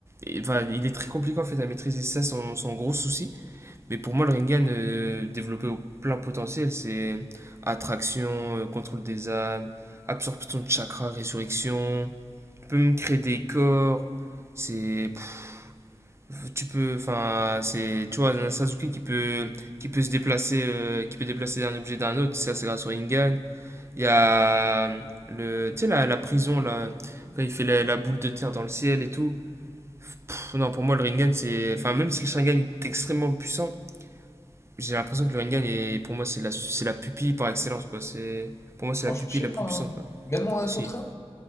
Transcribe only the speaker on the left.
Franchement,
je sais
pas.
hein.
Même en un
contre un.